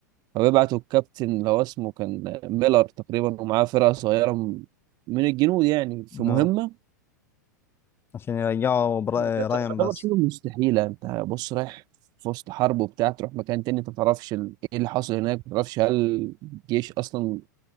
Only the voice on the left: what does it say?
اه
عشان يرجعوا برا-
رايان
بس